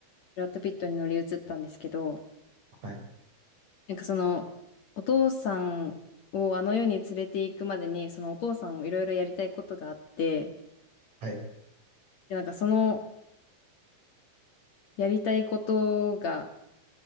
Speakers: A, on the left (about 55°); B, on the right (about 40°).
A: ブラッド・ピットに乗り移ったんですけど、
B: はい、
A: なんかその、お父さんをあの世に連れて行くまでに、そのお父さんもいろいろやりたいことがあって、
B: はい。い
A: で、なんかそのやりたいことが、